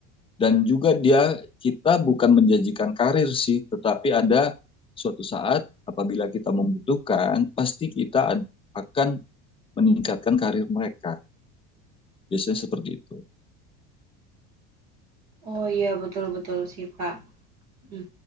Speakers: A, on the left; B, on the right.
A: Dan juga dia kita bukan menjanjikan karir sih, tetapi ada suatu saat apabila kita membutuhkan, pasti kita akan meningkatkan karir mereka. Biasanya seperti itu.
B: Oh iya, betul betul sih, Kak, mhm.